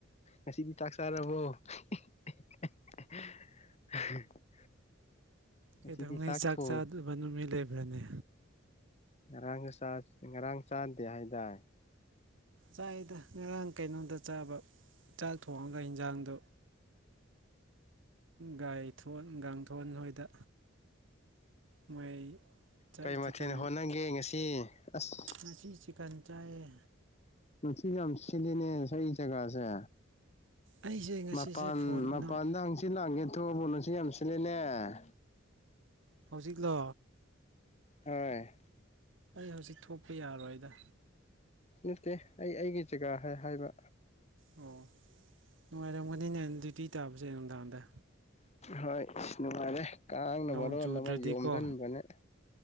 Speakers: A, on the left; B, on the right.
A: ꯉꯁꯤꯗꯤ ꯆꯥꯛ ꯆꯥꯔꯕꯣ <unintelligible> ꯉꯁꯤꯗꯤ
B: ꯀꯩꯗꯧꯉꯩ ꯆꯥꯛ
A: ꯊꯣꯡ
B: ꯆꯥꯗꯕ ꯅꯨꯃꯤ ꯂꯩꯕ꯭ꯔꯅꯤ
A: ꯉꯔꯥꯡꯒ ꯉꯔꯥꯡ ꯆꯥꯗꯦ ꯍꯥꯏꯗꯥꯏ
B: ꯆꯥꯛꯗ ꯉꯔꯥꯡ ꯀꯩꯅꯣꯗ ꯆꯥꯕ ꯆꯥꯛ ꯊꯣꯡꯉꯒ ꯏꯟꯖꯥꯡꯗꯨ ꯒꯥꯏ ꯊꯣꯟꯒꯥꯡ ꯊꯣꯟ ꯅꯣꯏꯗ ꯃꯣꯏ ꯆꯥꯛ
A: ꯀꯔꯤ
B: ꯆꯤꯀꯟ
A: ꯃꯊꯦꯜꯅ ꯍꯣꯠꯅꯒꯦ ꯉꯁꯤ ꯑꯁ
B: ꯉꯁꯤ ꯆꯤꯀꯟ ꯆꯥꯏꯌꯦ
A: ꯁꯤ ꯌꯥꯝꯝꯁꯤꯂꯤꯅꯦ ꯁ ꯑꯩ ꯖꯒꯥꯥꯁꯦ
B: ꯑꯩꯁꯦ ꯉꯁꯤꯁꯦ
A: ꯃꯄꯥꯟ
B: ꯐꯣꯟ
A: ꯃꯄꯥꯟꯗ
B: ꯑꯅꯧ
A: ꯍꯪꯆꯤ ꯂꯥꯡꯒꯦ ꯊꯣꯛꯑꯕꯅꯁꯨ ꯌꯥꯝ ꯁꯤꯂꯦꯅꯦ ꯑꯥꯔ
B: ꯍꯧꯖꯤꯛꯂ
A: ꯑ
B: ꯍꯧꯖꯤꯛ ꯊꯣꯛꯄ ꯌꯥꯔꯣꯏꯗ
A: ꯅꯠꯇꯦ ꯑꯩ ꯑꯩꯒꯤ ꯖꯒꯥ ꯍꯥꯏ ꯍꯥꯏꯕ
B: ꯑꯣ ꯅꯨꯡꯉꯥꯏꯔꯝꯒꯅꯤ ꯅ ꯗ꯭ꯌꯨꯇꯤ ꯇꯥꯕꯁꯦ ꯅꯨꯡꯗꯥꯡꯗ
A: ꯍꯣꯏ ꯅꯨꯡꯉꯥꯏꯔꯦ ꯀꯥꯡꯅ
B: ꯅꯣꯡ
A: ꯃꯔꯣ
B: ꯆꯨꯗ꯭ꯔꯗꯤꯀꯣ
A: ꯑꯃ ꯌꯣꯝꯁꯤꯟꯕꯅꯦ